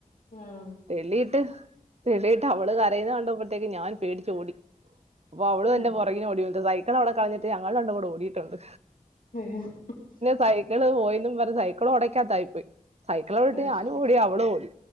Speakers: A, on the left; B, on the right.
A: ആഹ്
B: തെള്ളി ഇ ട്ട് തെളിയിട്ട് അവള് കരയന്ന കണ്ടപ്പോഴത്തേക്ക് ഞാൻ പേടിച്ച് ഓടി. അപ്പൊ അവളും എൻ്റെ
A: ഉം
B: പൊറാകെ ഓടിവന്ന്. സൈക്കിളവിടെ കളഞ്ഞിട്ട് ഞങ്ങള് രണ്ടും കൂടെ ഓടിട്ടൊണ്ട്.
A: <unintelligible>
B: സൈക്കിള് പോയിന്നും പറഞ്ഞ് സൈക്കിൾ ഓടയ്ക്കാത്തായി പോയി. സൈക്കിളോവിട്ടി
A: അത്
B: ഞാനും
A: ശരി
B: ഓടി അവളും ഓടി